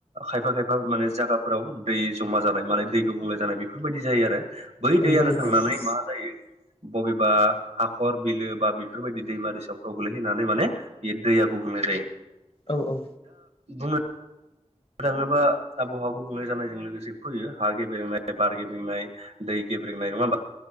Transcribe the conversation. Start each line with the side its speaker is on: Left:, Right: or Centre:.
Right: खायफा खायफा माने जायगाफोराव दै जमा जानाय माल दै गुबुंले जानाय बेफोरबायदि जायो आरो बै
Left: नंगौ
Right: दैयानो
Left: नंगौ
Right: थांनानै
Left: नोंथां
Right: मा जायो बबेबा हाखर बिलो बा बेफोरबायदि दैमा दैसफ्राव गोलैहैानै माने बेयो दैया गुबुंले जेरै
Left: औ औ
Right: बुङो थाङोबा आबहावा गुबुंले जानायजों लोगोसे फैयो हा गेबेंनाय बार गेबेंनाय दै गेब्रेंनाय नङा होमबा